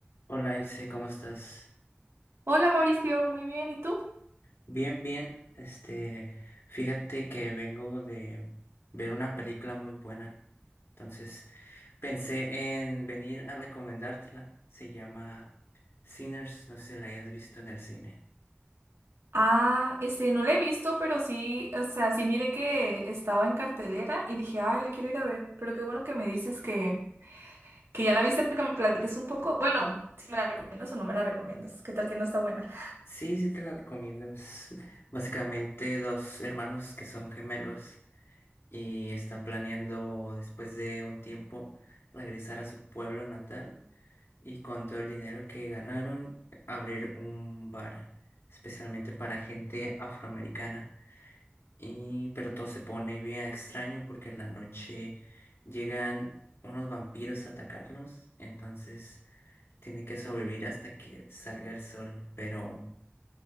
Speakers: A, on the left; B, on the right.
A: Hola Ilse, ¿cómo estás?
B: Hola Mauricio, muy bien, ¿y tú?
A: Bien, bien. Este, fíjate que vengo de ver una película muy buena. Entonces, pensé en venir a recomendártela. Se llama Sinners, no sé si la hayas visto en el cine.
B: Ah, este, no la he visto, pero sí, o sea, sí miré que estaba en cartelera y dije, ay, la quiero ir a ver, pero qué bueno que me dices que, que ya la viste para que me platiques un poco. Bueno, si me la recomiendas o no me la recomiendas, ¿qué tal que no está buena?
A: Sí, sí te la recomiendo. Es básicamente dos hermanos que son gemelos y están planeando después de un tiempo regresar a su pueblo natal y con todo el dinero que ganaron, abrir un bar, especialmente para gente afroamericana. Y, pero todo se pone bien extraño porque en la noche llegan unos vampiros a atacarlos, entonces tienen que sobrevivir hasta que salga el sol. Pero